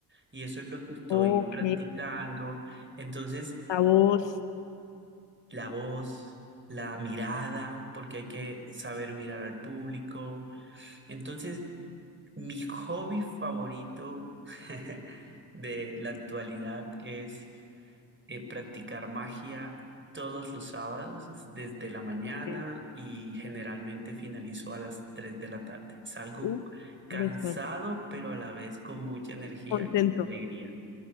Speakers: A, on the right (about 25°); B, on the left (about 60°).
A: y eso es lo que estoy
B: Ok,
A: practicando. Entonces,
B: la voz.
A: la voz, la mirada, porque hay que saber mirar al público. Entonces, mi hobby favorito <laughs> de la actualidad es eh, practicar magia todos los sábados es desde la mañana
B: ok.
A: y generalmente finalizo a las 3 de la tarde. Salgo
B: Uh,
A: cansado,
B: de estar
A: pero a la vez con mucha energía
B: contento.
A: y mucha alegría.